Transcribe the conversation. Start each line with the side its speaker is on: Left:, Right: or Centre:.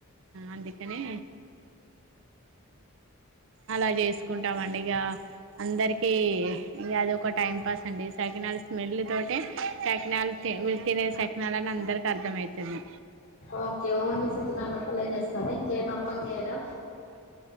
Right: అందుకనే అలా చేసుకుంటామండి ఇగ అందరికీ ఇంగా అది ఒక టైం పాస్ అండి సకినాలు స్మెల్ తోటి సకినాల్ తినే సఖి లని అందరికి అర్థమవుతది
Left: ఓకే ఓన్లీ సకినాలప్పలే చేస్తారా ఇంకేమి ఇంకేమి అప్పాలు చేయరా